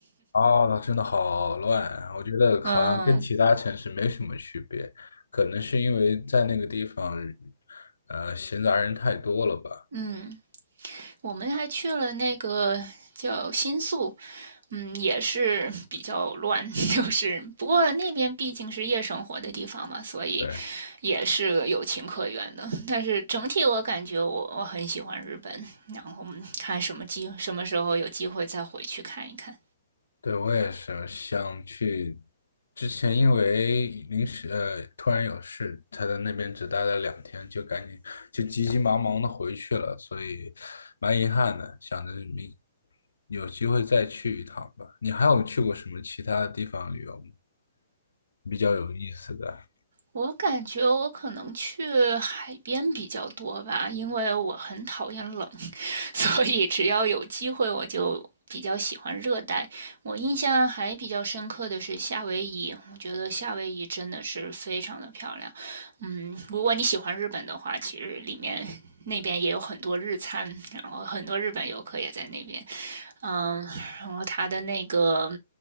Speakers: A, on the left; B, on the right.
A: 啊，那真的好乱啊我觉得好像跟其他城市没什么区别，
B: <laughs> 嗯
A: 可能是因为在那个地方，呃，闲杂人太多了吧。
B: 嗯。我们还去了那个叫新宿，嗯，也是 <laughs> 比较乱，<laughs> 就是不过那边毕竟是夜生活的地方嘛，所以
A: 对。
B: 也是有情可原的。但是整体我感觉我我很喜欢日本，然后我们看什么机什么时候有机会再回去看一看。
A: 对，我也是想去。之前因为临时呃突然有事，才在那边只待了两天，就赶紧就急急忙忙的回去了，所以蛮遗憾的。想着明有机会再去一趟吧。你还有去过什么其他的地方旅游吗？比较有意思的？
B: 我感觉我可能去海边比较多吧，因为我很讨厌冷，<laughs> 所以只要有机会，我就比较喜欢热带。我印象还比较深刻的是夏威夷，我觉得夏威夷真的是非常的漂亮。嗯，如果你喜欢日本的话，其实里面那边也有很多日餐，然后很多日本游客也在那边。嗯，然后它的那个